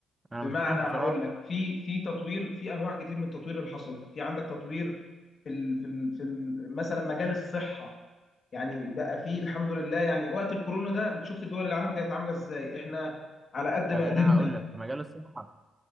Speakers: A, on the right; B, on the left.
A: انا
B: بمعنى
A: ما شفتوش بصراحه
B: هقول لك في في تطوير في انواع كتير من التطوير اللي حصلت في عندك تطوير في ال في ال في ال مثلا مجال الصحه يعني بقى فيه الحمد لله يعني وقت الكورونا ده انت شفت دول العالم كانت عامله ازاي احنا على قد
A: طب
B: ما
A: انا
B: قدرنا
A: هقول لك في مجال الصحه